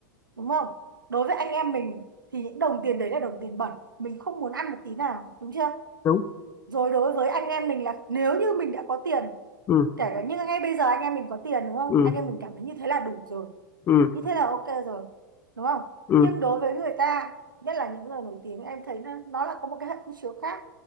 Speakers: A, on the right; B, on the left.
A: đúng không đối với anh em mình thì những đồng tiền đấy là đồng tiền bẩn mình không muốn ăn một tí nào đúng chưa
B: đúng
A: rồi đối với anh em mình là nếu như mình đã có tiền
B: ừ
A: kể cả như ngay bây giờ anh em mình có tiền đúng không
B: ừ
A: anh em mình cảm thấy như thế là đủ rồi
B: ừ
A: như thế là ok rồi đúng không
B: ừ
A: nhưng đối với người ta nhất là những người nổi tiếng em thấy nó, nó là có một cái hệ quy chiếu khác